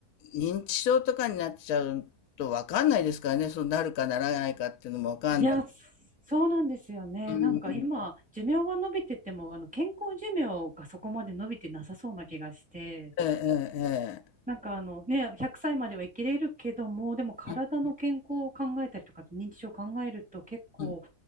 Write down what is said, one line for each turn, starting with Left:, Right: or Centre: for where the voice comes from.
Left: 認知症とかになっちゃうとわかんないですからね、そうなるかならないかっていうのもわかんない。
Centre: いや、そそうなんですよね。
Left: うん、
Centre: なんか今、寿命は伸びてても、あの、健康寿命がそこまで伸びてなさそうな気がして、
Left: ええ、ええ、
Centre: なんかあの、ね、100歳までは生きれるけども、でも体の健康を考えたりとか、
Left: ええ
Centre: 認知症を考えると結構、
Left: うん、